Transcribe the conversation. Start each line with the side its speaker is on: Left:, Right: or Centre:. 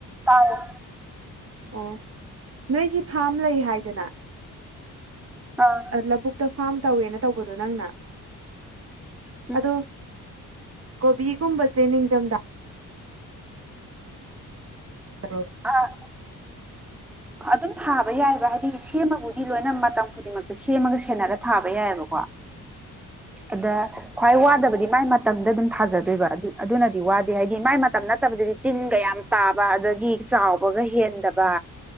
Centre: ꯇꯥꯏꯌ
Right: ꯑꯣ ꯅꯣꯏꯒꯤ ꯐꯥꯔ꯭ꯝ ꯂꯩ ꯍꯥꯏꯗꯅ
Centre: ꯑ
Right: ꯂꯧꯕꯨꯛꯇ ꯐꯥꯔ꯭ꯝ ꯇꯧꯋꯦꯅ ꯇꯧꯕꯗꯣ ꯅꯪꯅ
Centre: ꯎꯝ
Right: ꯑꯗꯣ ꯀꯣꯕꯤꯒꯨꯝꯕꯁꯦ ꯅꯤꯡꯊꯝꯊꯥ ꯑꯣ <unintelligible>
Centre: ꯍꯥ <unintelligible>
Right: <unintelligible>
Centre: ꯑꯗꯨꯝ ꯊꯥꯕ ꯌꯥꯏꯑꯕ ꯍꯥꯏꯗꯤ ꯁꯦꯝꯕꯕꯨꯗꯤ ꯂꯣꯏꯅ ꯃꯇꯝ ꯈꯨꯗꯤꯡꯃꯛꯇ ꯁꯦꯝꯃꯒ ꯁꯦꯟꯅꯔꯒ ꯊꯥꯕ ꯌꯥꯏꯑꯕꯀꯣ ꯑꯗꯥ ꯈ꯭ꯋꯥꯏ ꯋꯥꯗꯕꯗꯤ ꯃꯥꯏ ꯃꯇꯝꯗ ꯑꯗꯨꯝ ꯊꯥꯖꯗꯣꯏꯕ ꯑꯗꯨ-ꯑꯗꯨꯅꯗꯤ ꯋꯥꯗꯦ ꯍꯥꯏꯗꯤ ꯃꯥꯏ ꯃꯇꯝ ꯅꯠꯇꯕꯗꯨꯗꯤ ꯇꯤꯟꯒ ꯌꯥꯝ ꯇꯥꯕ ꯑꯗꯒꯤ ꯆꯥꯎꯕꯒ ꯍꯦꯟꯗꯕ